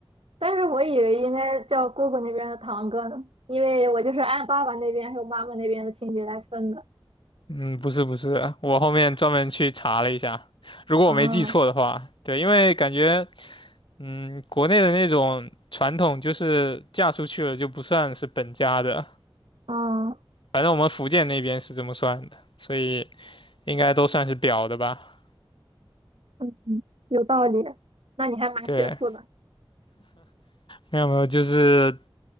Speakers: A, on the right; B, on the left.
A: 但是我以为应该叫姑姑那边的堂哥呢，因为我就是按爸爸那边还有妈妈那边的亲戚来分的。
B: 嗯，不是不是，我后面专门去查了一下，如果我没记错的话，
A: 啊
B: 对，因为感觉，嗯，国内的那种传统就是嫁出去了就不算是本家的，
A: 啊
B: 反正我们福建那边是这么算的，所以应该都算是表的吧。
A: 嗯，嗯有道理。那你还蛮学术的
B: 对，没有没有，就是